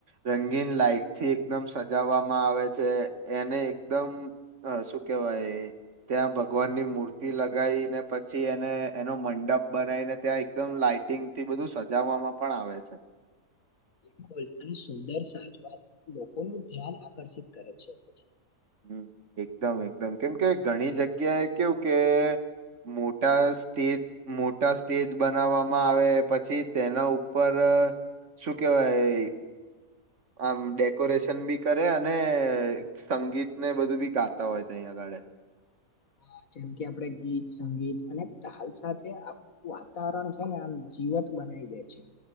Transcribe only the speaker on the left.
બિલકુલ અને સુંદર સાજવા લોકોનું ધ્યાન આકર્ષિત કરે છે પછી
હ જેમ કે આપડે ગીત સંગીત અને તાલ સાથે આ વાતાવરણ છે ને આમ જીવ <unintelligible> બનાય દે છે.